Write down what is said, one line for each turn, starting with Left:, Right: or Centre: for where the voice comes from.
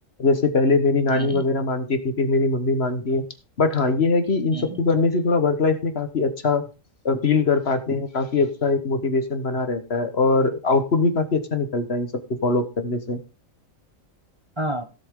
Left: जैसे पहले मेरी नानी
Right: है हम्म
Left: वगैरह मानती थी फिर मेरी मम्मी मानती है बट हाँ ये है कि इन
Right: हम्म
Left: सबको करने से थोड़ा वर्क लाइफ में काफी अच्छा फील कर पाते हैं काफी अच्छा एक मोटिवेशन बना रहता है और आउटपुट भी काफी अच्छा निकलता है इन सबको फॉलो अप करने से
Right: हाँ